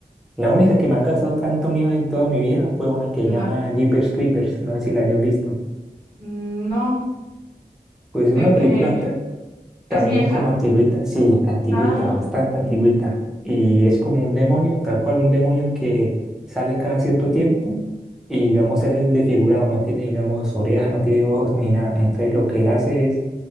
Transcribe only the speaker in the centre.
la única que me ha causado tanto miedo en toda mi vida fue una que
llama Jeepers Creepers, no sé si la hayas visto.
Pues
una película
También
como antigüita, sí, antigüita,
bastante
antigüita. Y es como un demonio, tal cual un demonio que sale cada cierto tiempo y digamos él es desfigurado, no tiene digamos orejas, no tiene ojos ni nada. Entonces lo que él hace es,